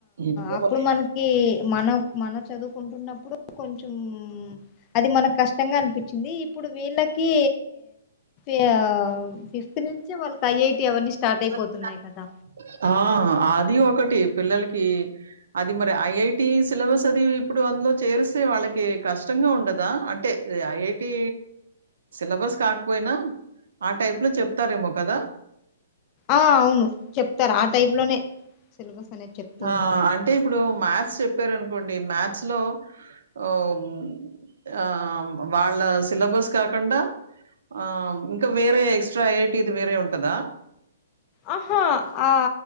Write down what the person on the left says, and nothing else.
అప్పుడు
మనకి మన మన చదువుకుంటున్నప్పుడు కొంచెం అది మనకు కష్టంగా అనిపించింది ఇప్పుడు వీళ్ళకి ఏ ఆ.. ఫిఫ్త్ నుంచే వాళ్ళకి ఐఐటి అవన్నీ స్టార్ట్
అయిపోతున్నాయి కదా
ఆ అవును చెప్తారు ఆ టైప్ లోనే సిలబస్ అనేది చెప్తూ
ఉంటారు
ఆహా ఆ